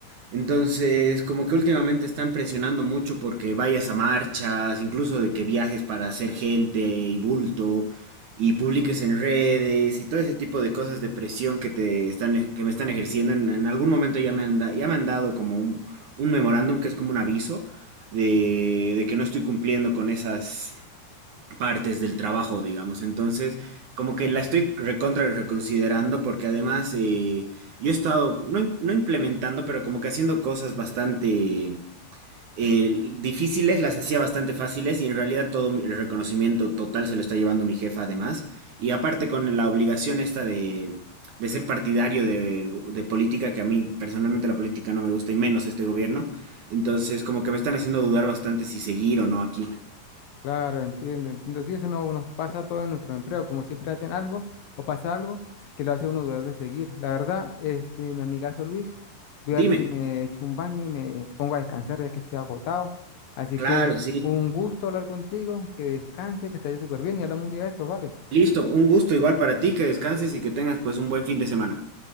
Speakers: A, on the right (about 60°); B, on the left (about 65°).
A: Entonces, como que últimamente están presionando mucho porque vayas a marchas, incluso de que viajes para hacer gente y bulto y publiques en redes y todo ese tipo de cosas de presión que te están, ej- que me están ejerciendo. En, en algún momento ya me han, da- ya me han dado como un, un memorándum que es como un aviso de, de que no estoy cumpliendo con esas partes del trabajo, digamos. Entonces, como que la estoy recontra reconsiderando porque además eh, yo he estado, no, im- no implementando, pero como que haciendo cosas bastante eh, difíciles, las hacía bastante fáciles y en realidad todo mi- el reconocimiento total se lo está llevando mi jefa además. Y aparte con la obligación esta de, de ser partidario de, de política, que a mí personalmente la política no me gusta y menos este gobierno. Entonces, como que me están haciendo dudar bastante si seguir o no aquí.
B: Claro, entiendo, entiendo. Sí, eso no nos pasa a todos en nuestro empleo, como siempre hacen algo o pasa algo que lo hace uno dudar de seguir. La verdad, este, mi amigazo Luis, voy
A: Dime.
B: a ver si me echo un baño y me pongo a descansar ya que estoy agotado. Así
A: Claro,
B: que
A: sí.
B: un gusto hablar contigo, que descanse, que te vaya súper bien y hablamos un día de esto, ¿vale?
A: Listo, un gusto igual para ti, que descanses y que tengas pues un buen fin de semana.